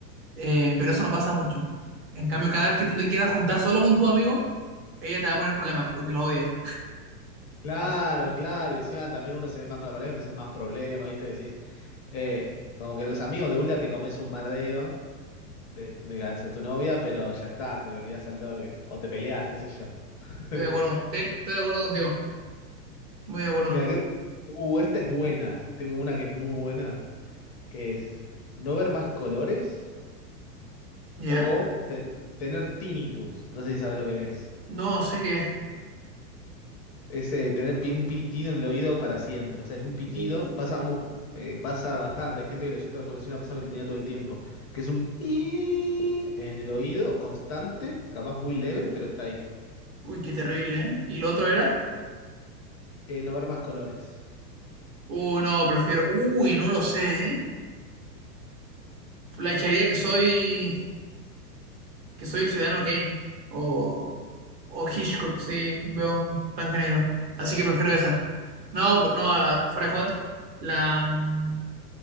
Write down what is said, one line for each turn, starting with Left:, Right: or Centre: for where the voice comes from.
Right: eh, pero eso no pasa mucho. En cambio, cada vez que tú te quieras juntar solo con tu amigo, ella te va a poner problemas porque lo odia.
Left: Claro,
Right: Así que
Left: claro. y Encima también uno se ve más con la pareja, entonces más problema, ¿viste? Decís, eh, como que los amigos de Ulda te comes un bardeo de, de hacia tu novia, pero ya está, te lo olvidás al toque. O te peleás, qué sé yo. <laughs>
Right: estoy de acuerdo. Sí, estoy de acuerdo contigo. Muy de acuerdo.
Left: Mira, que... Uh, esta es buena. Tengo una que es muy buena, que es no ver más colores
Right: ¿Ya?
Left: o te- tener tinnitus. No sé si sabes lo que es.
Right: No, no sé qué
Left: Es eh, tener pi- un pitido en el oído para siempre. O sea, es un pitido,
Right: es.
Left: pasa mu- eh, pasa bastante. Hay gente que lo, yo te- conocí a una persona que lo tenía todo el tiempo, que es un <tsk> en el oído constante, capaz muy leve, pero está ahí.
Right: Uy, qué terrible, ¿eh? ¿Y lo otro era?
Left: Eh, no ver más colores.
Right: Uy, no, prefiero. Uy, no lo sé, ¿eh? Flasharía que soy. que soy el ciudadano Kane. O. O Hitchcock, sí, veo un blanco y negro. Así que prefiero esa. No, por- no, ah, fuera de joda. La. mm,